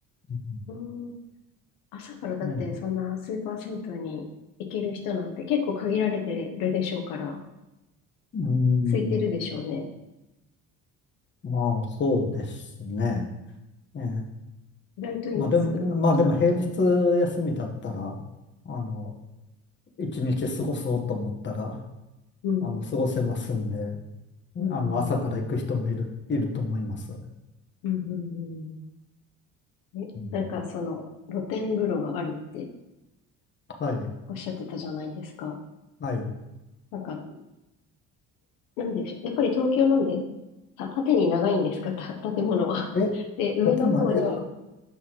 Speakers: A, on the left; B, on the left.
A: うん
B: うん。朝からだってそんなスーパー銭湯に行ける人なんて結構限られてるでしょうから、
A: ね、うーん、
B: 空いてるでしょうね。
A: まあそうですね。ええ
B: 意外といます朝方。
A: まあでも、まあでも平日休みだったら、あの、一日過ごそうと思ったら、
B: うん。
A: あの、過ごせますんで、
B: うん。
A: あの、朝から行く人もいる、いると思います。
B: うん。うん。うんえ、
A: うん、
B: なんかその露天風呂があるって
A: はい、
B: おっしゃってたじゃないですか。
A: はい。
B: なんか、なんで、やっぱり東京なんで、た、縦に長いんですか、た、建物は。
A: え、
B: で、上の方に
A: 建物、いや、